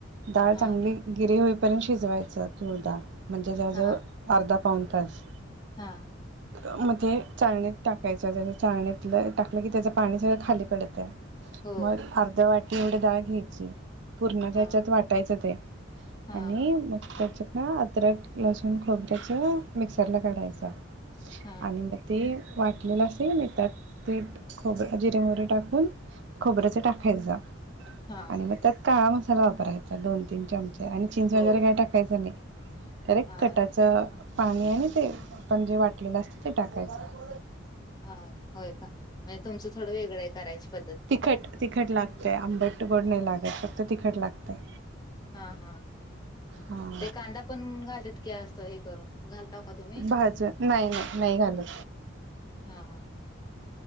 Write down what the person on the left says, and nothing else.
हा
हा
हा.
हो
हा
हा
हा
हा
हो
हा
हा, होय का? नाही, तुमचं थोडं वेगळं आहे करायची पद्धत.
हा-हा,
ते कांदा पण घालत की? असं हे करून घालता का तुम्ही?
हा हा